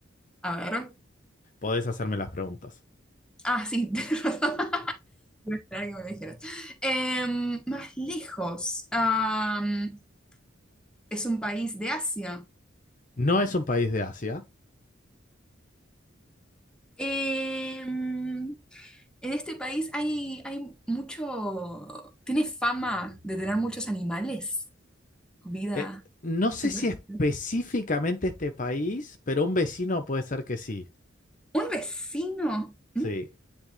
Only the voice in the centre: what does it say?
a ver.
Ah, sí, <laughs> tenés razón. Iba a esperar que me lo dijeras. Em, más lejos. am, es un país de Asia.
Em, En este país hay, hay mucho, tiene fama de tener muchos animales, vida
silvestre.
Un vecino. ¿Mm?